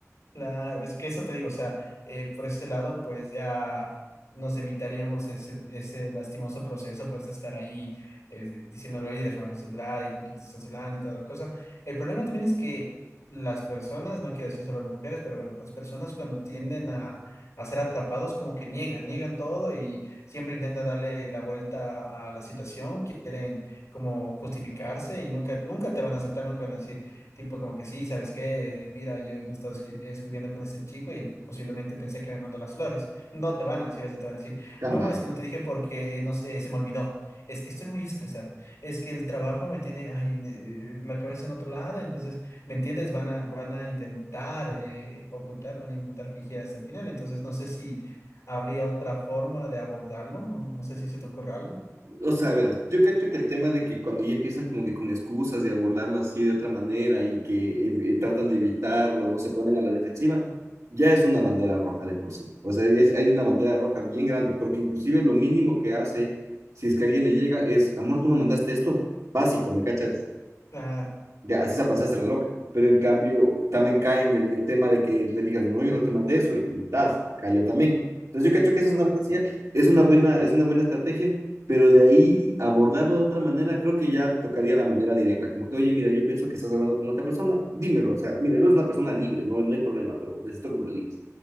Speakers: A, on the left (about 65°); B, on the right (about 75°).
A: Claro, es que eso te digo, o sea, eh, por ese lado, pues ya nos evitaríamos ese, ese lastimoso proceso, pues de estar ahí eh, diciéndole, oye, déjame ver el celular y con quién te estás hablando y toda la cosa. El problema también es que las personas, no quiero decir solo las mujeres, pero bueno, las personas cuando tienden a, a ser atrapados, como que niegan, niegan todo y siempre intentan darle la vuelta a la situación, quieren como justificarse y nunca, nunca te van a aceptar, nunca van a decir. Tipo como que sí, ¿sabes qué? Mira, yo me estaba escri- escribiendo con este chico y él posiblemente pensé que me mandó las flores. No te van a decir eso, te van a decir,
B: Jamás.
A: no, es que no te dije porque no sé, se me olvidó. Es que estoy muy estresado. Es que el trabajo me tiene ay, eh, la cabeza en otro lado. Entonces, ¿me entiendes? Van a, van a intentar eh, ocultar, van a intentar fingir hasta el final. Entonces, no sé si habría otra forma de abordarlo. No, no sé si se te ocurre algo.
B: o sea, verás, yo cacho que el tema de que cuando ya empiezan como que con excusas de abordarlo así de otra manera y que eh, eh, tratan de evitarlo o se ponen a la defensiva, ya es una bandera roja de por sí. O sea, ya es, hay una bandera roja bien grande, porque inclusive lo mínimo que hace, si es que alguien le llega, es, amor, tú me mandaste esto, básico, ¿me cachas?
A: Claro.
B: ya así se pasaste la loca. Pero en cambio, también cae en el, el tema de que le digas, no, yo no te mandé eso, y tas, cayó también. Entonces yo cacho que esa
A: <laughs>
B: es una buena señal, es una buena, es una buena estrategia, pero de ahí abordarlo de otra manera, creo que ya tocaría la manera directa, como que, oye, mira, yo pienso que estás hablando con otra persona, dímelo, o sea, mira, eres una persona libre, no, no hay problema, pero necesito que me lo digas.